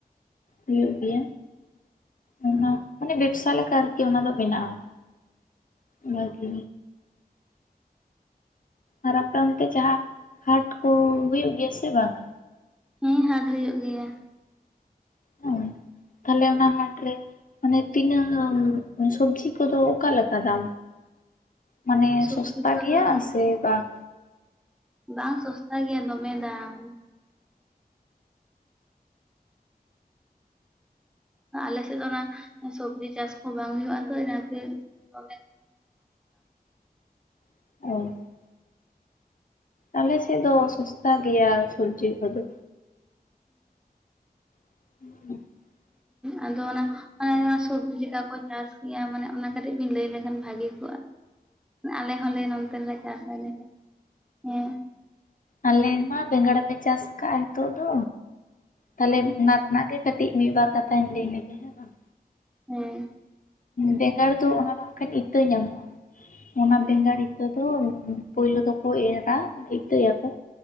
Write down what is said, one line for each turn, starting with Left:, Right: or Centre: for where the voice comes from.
Left: ᱦᱩᱭᱩᱜ ᱜᱮᱭᱟ ᱚᱱᱟ ᱢᱟᱱᱮ ᱵᱮᱵᱥᱟ ᱞᱮᱠᱟ ᱟᱨᱠᱤ ᱚᱱᱟ ᱫᱚ ᱢᱱᱟᱜᱼᱟ ᱚᱱᱟᱜᱮ ᱟᱨ ᱟᱯᱮ ᱚᱱᱛᱮ ᱡᱟᱦᱟᱸ ᱦᱟᱴ ᱠᱚ ᱦᱩᱭᱩᱜ ᱜᱮᱭᱟ ᱥᱮ ᱵᱟᱝᱟ
Centre: ᱦᱮᱸ ᱦᱟᱴ ᱦᱩᱭᱩᱜ ᱜᱮᱭᱟ
Left: ᱚ ᱛᱟᱦᱞᱮ ᱚᱱᱟ ᱦᱟᱴ ᱨᱮ ᱢᱟᱱᱮ ᱛᱤᱱᱟᱹᱜ ᱥᱚᱵᱡᱤ ᱠᱚᱫᱚ ᱚᱠᱟ ᱞᱮᱠᱟ ᱫᱟᱢ ᱢᱟᱱᱮ
Centre: ᱥᱚᱵᱡᱤ
Left: ᱥᱚᱥᱛᱟ
Centre: ᱠᱚᱫᱚ
Left: ᱜᱮᱭᱟ ᱥᱮ ᱵᱟᱝ
Centre: ᱵᱟᱝ ᱥᱚᱥᱛᱟ ᱜᱮᱭᱟ ᱫᱚᱢᱮ ᱫᱟᱢ ᱟᱞᱮᱥᱮᱫ ᱫᱚ ᱚᱱᱟ ᱥᱚᱵᱡᱤ ᱪᱟᱥ ᱠᱚ ᱵᱟᱝ ᱦᱩᱭᱩᱜᱼᱟ ᱛᱚ ᱚᱱᱟᱛᱮ ᱠᱚ
Left: <unintelligible> ᱟᱞᱮ ᱥᱮᱫ ᱫᱚ ᱥᱚᱥᱛᱟ ᱜᱮᱭᱟ ᱥᱚᱵᱡᱤ ᱠᱚᱫᱚ <unintelligible>
Centre: ᱟᱫᱚ ᱚᱱᱟ ᱥᱚᱵᱡᱤ ᱪᱮᱠᱟ ᱠᱚ ᱪᱟᱥ ᱜᱮᱭᱟ ᱢᱟᱱᱮ ᱚᱱᱟ ᱠᱟᱹᱴᱤᱡ ᱵᱤᱱ ᱞᱟᱹᱭ ᱞᱮᱠᱷᱟᱱ ᱵᱷᱟᱜᱤᱜ ᱟᱞᱮ ᱦᱚᱸᱞᱮ ᱱᱚᱱᱛᱮ ᱨᱮᱞᱮ ᱪᱟᱥ ᱟᱞᱮ ᱦᱮᱸ
Left: ᱟᱞᱮ ᱢᱟ ᱵᱮᱝᱟᱲ ᱞᱮ ᱪᱟᱥᱠᱟᱜᱼᱟ ᱱᱤᱛᱚᱜ ᱫᱚ ᱛᱟᱦᱞᱮ ᱚᱱᱟ ᱨᱮᱱᱟᱜ ᱜᱮ ᱠᱟᱹᱴᱤᱡ ᱢᱤᱫ ᱵᱟᱨ ᱠᱟᱛᱷᱟᱧ ᱞᱟᱹᱭ ᱞᱮᱜᱮ ᱦᱮ ᱵᱟᱝ
Centre: ᱦᱮᱸ
Left: ᱵᱮᱸᱜᱟᱲ ᱫᱚ ᱚᱱᱟ ᱫᱚ ᱦᱟᱜᱠᱷᱟᱱ ᱤᱛᱟᱹ ᱧᱟᱢᱚᱜᱼᱟ ᱚᱱᱟ
Centre: ᱦᱮᱸ
Left: ᱵᱮᱸᱜᱟᱲ ᱤᱛᱟᱹ ᱤᱛᱚᱜ ᱫᱚ ᱯᱩᱭᱞᱩ ᱫᱚᱠᱚ ᱮᱨᱟ ᱤᱛᱟᱹᱭᱟᱠᱚ